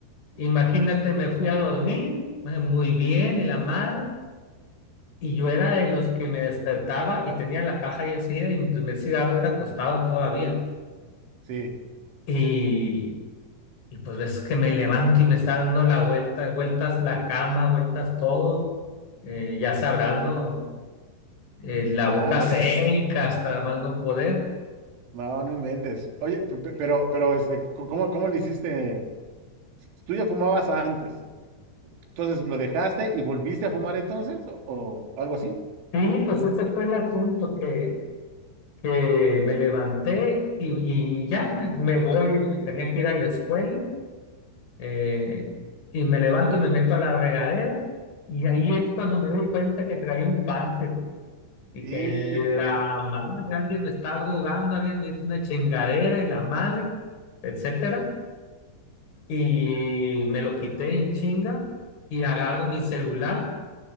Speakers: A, on the left; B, on the right.
A: imagínate, me fui a dormir eh, muy bien y la madre, y yo era de los que me despertaba y tenía la caja ahí enseguida y mi primer cigarro era acostado todavía.
B: Sí.
A: Y Y pues ves que me levanto y me está dando la vuelta, vueltas la cama, vueltas todo. Eh, ya sabrás, ¿no? Eh, la
B: No,
A: boca
B: hombre,
A: seca hasta más no poder.
B: no, no inventes. Oye, pe- pe- pero, pero, este, ¿cómo, cómo le hiciste? Tú ya fumabas antes, entonces lo dejaste y volviste a fumar entonces, o, o algo así.
A: Sí, pues ese fue el asunto que, que me levanté y, y ya me, me voy, tenía que ir a la escuela eh, y me levanto y me meto a la regadera y ahí es cuando me doy cuenta que traía un parche. Dije,
B: Hijo,
A: la madre, alguien me está rogando, alguien me hizo una chingadera y la madre, etcétera. Y me lo quité en chinga y agarro mi celular